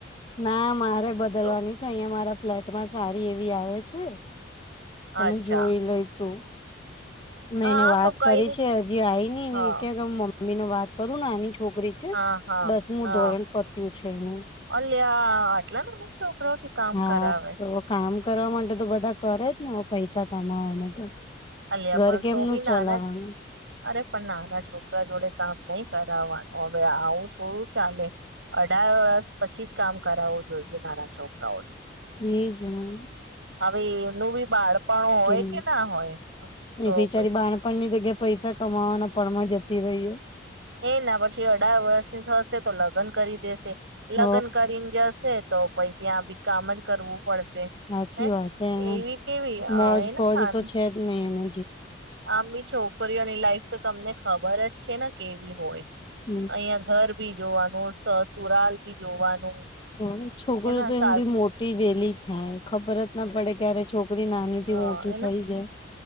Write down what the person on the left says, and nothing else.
ના મારે બદલવાની
છે. અહિયાં મારા ફ્લેટમાં સારી એવી આવે છે. તમે
જોઈ લઈેશો. મેં
એને વાત
કરી
છે. હજી આઈ ની
ને ક્યાંક મમ્મી મમ્મીને વાત કરું ને એના છોકરી છે.
દસમું
ધોરણ પત્યું. છે ઐવું.
હા
તો કામ કરવા માટે તો બધા કરે જ ને પૈસા કમાવાવામાં તો
ઘર
કેેમનું
ચલાવાનું--?
એજન.
નું
એ બિચારી
બાણપણની જગ્યા પૈસા કમાવાના પણમાં જતી રહી એ.
હ
સાચી
વાત. એને
મોજ
ફોજ તો છે જ નઈ એને
હમ
તો છોકરી
તો
એમ બી મોટી વેલી થાય, ખબર જ ના પડે ક્યારે છોકરી નાની
થી મોટી
થઈ જાય.